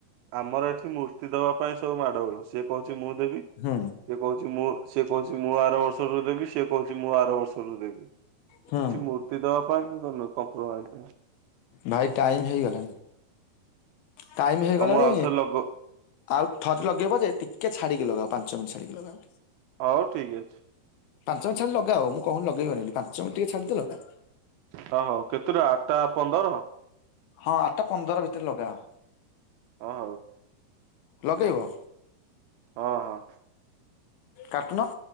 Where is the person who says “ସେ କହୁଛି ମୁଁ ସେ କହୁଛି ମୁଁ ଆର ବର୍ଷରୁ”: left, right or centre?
Right